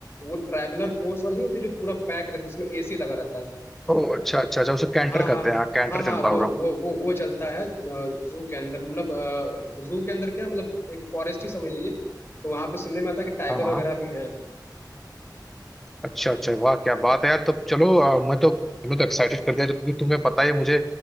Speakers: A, on the left; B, in the centre.
A: वो ट्रैवलर फोर्स वाली नहीं होती जो पूरा पैक रहती है जिसमें एसी लगा रहता है
B: ओ अच्छा अच्छा अच्छा उसे कैंटर
A: हाँ हाँ
B: कहते हैं हाँ कैंटर
A: हाँ हाँ
B: चलता
A: वो
B: होगा
A: वो वो वो चलता है जू के अंदर मतलब जू के अंदर क्या मतलब एक फॉरेस्ट ही समझ लीजिए तो वहाँ पे सुनने में आता है कि टाइगर
B: हाँ हाँ
A: वगैरह भी हैं
B: अच्छा अच्छा वाह क्या बात है यार तब चलो अ, मैं तो तुम्हें तो एक्साइटेड कर दिया क्योंकि तुम्हें पता ही है मुझे